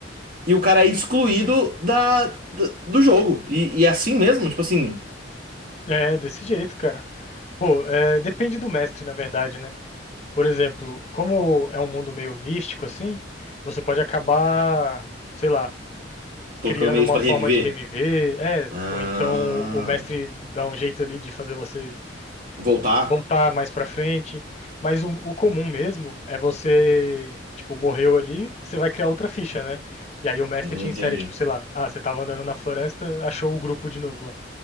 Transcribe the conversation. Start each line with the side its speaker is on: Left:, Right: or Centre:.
Right: e o cara é excluído da, da- do jogo. E, e é assim mesmo, tipo assim,
Left: É desse jeito, cara. Pô, é, depende do mestre, na verdade, né? Por exemplo, como é um mundo meio místico, assim, você pode acabar, sei lá,
Right: colocando
Left: criando
Right: meios
Left: uma
Right: pra
Left: forma
Right: reviver.
Left: de reviver, é,
Right: Ah.
Left: ou então o mestre dá um jeito ali de fazer você
Right: Voltar?
Left: voltar mais pra frente. Mas o, o comum mesmo é você, tipo, morreu ali, você vai criar outra ficha, né? E aí o mestre
Right: Uhum,
Left: te
Right: Entendi.
Left: insere, tipo, sei lá, ah, você tava andando na floresta, achou o grupo de novo lá.